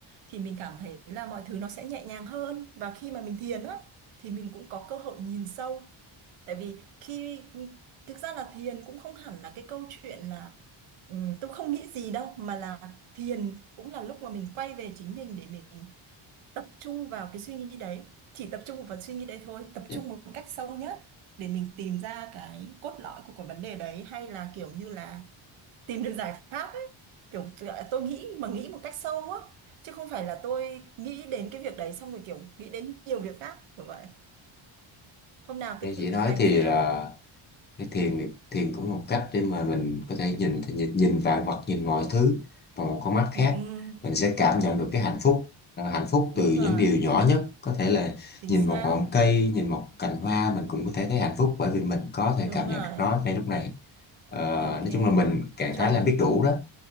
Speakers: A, on the right; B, on the left.
A: thì mình cảm thấy là mọi thứ nó sẽ nhẹ nhàng hơn và khi mà mình thiền á thì mình cũng có cơ hội nhìn sâu tại vì khi thực ra là thiền cũng không hẳn là cái câu chuyện là ừm, tôi không nghĩ gì đâu mà là thiền cũng là lúc mà mình quay về chính mình để mình tập trung vào cái suy nghĩ đấy chỉ tập trung vào suy nghĩ đấy thôi tập
B: Dạ.
A: trung một cách sâu nhất để mình tìm ra cái cốt lõi của cái vấn đề đấy hay là kiểu như là tìm được giải pháp ấy kiểu tự- tôi nghĩ mà nghĩ một cách sâu á chứ không phải là tôi nghĩ đến cái việc đấy xong rồi kiểu nghĩ đến nhiều việc khác kiểu vậy hôm nào
B: Như
A: cứ thử
B: chị
A: thực
B: nói
A: hành
B: thì
A: xem
B: là cái thiền này- thiền cũng là một cách để mà mình có thể nhìn nhìn, nhìn vạn vật nhìn mọi thứ bằng một con mắt khác
A: ừ,
B: mình sẽ cảm
A: đúng,
B: nhận được cái hạnh phúc à, hạnh phúc
A: đúng
B: từ
A: rồi
B: những điều nhỏ nhất có thể là
A: chính
B: nhìn
A: xác
B: một ngọn cây nhìn một cành hoa mình cũng có thể thấy hạnh phúc bởi vì mình có thể
A: đúng
B: cảm
A: rồi
B: nhận được nó ngay lúc này Ờ,
A: ok
B: nói chung là mình trạng
A: chuẩn
B: thái là biết đủ đó